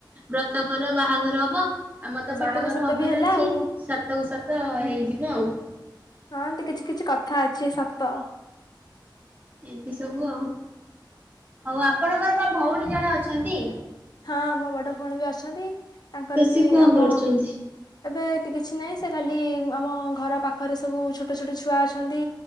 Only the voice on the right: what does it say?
ବ୍ରତ ଘର ବାହାଘର ହବ ଆମର ତ
ବାହାଘର
ହବାର
ଅଛି।
ତାକୁ ସତ ହେଇଯିବ ଆଉ।
ଏମିତି ସବୁ ଆଉ ହଉ ଆପଣଙ୍କର ବା ଭଉଣୀ ଜଣେ ଅଛନ୍ତି?
ତ
ସିଏ କଣ
କରୁଛନ୍ତି?